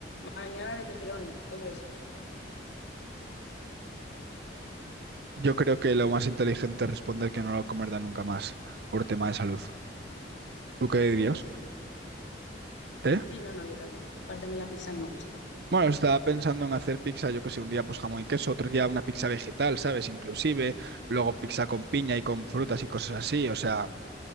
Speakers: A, on the left (about 85°); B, on the right (about 60°).
A: mañana de pepperoni, todo eso.
B: Yo creo que lo más inteligente es responder que no lo comerá nunca más por tema de salud. ¿Tú qué dirías?
A: Eso es-
B: ¿Eh?
A: Sí, no, no, yo también. Aparte a mí la pizza no me gusta.
B: Bueno, estaba pensando en hacer pizza, yo que sé, un día pues jamón y queso, otro día una pizza vegetal, ¿sabes? Inclusive, luego pizza con piña y con frutas y cosas así, o sea,